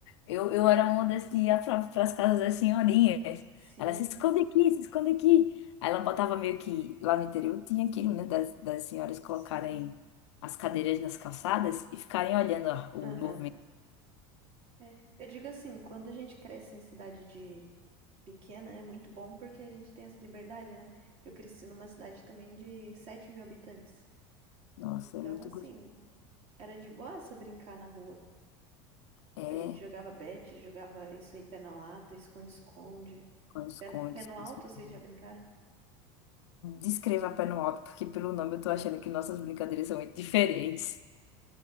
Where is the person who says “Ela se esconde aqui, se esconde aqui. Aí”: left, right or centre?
Left